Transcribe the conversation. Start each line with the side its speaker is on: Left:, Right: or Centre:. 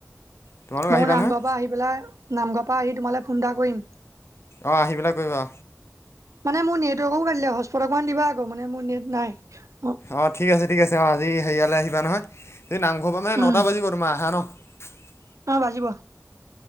Left: তোমালোক
Right: মোৰ
Left: আহিবা
Right: নামঘৰৰ
Left: নহয়
Right: পা আহি পেলাই, নামঘৰৰ পা আহি তোমালে ফোন এটা কৰিম।
Left: অ' আহি পেলাই কৰিবা।
Right: মানে মো নেটৱৰ্কো কাটিলে হস্পত অকন দিবা আকৌ মো
Left: অঁ ঠিক আছে ঠিক আছে অ আজি হেৰিয়ালে আহিবা নহয় তুমি নামঘৰ পা মানে নটা
Right: উম
Left: বাজিব তোমাৰ আহা ন। <unintelligible>
Right: অ' বাজিব।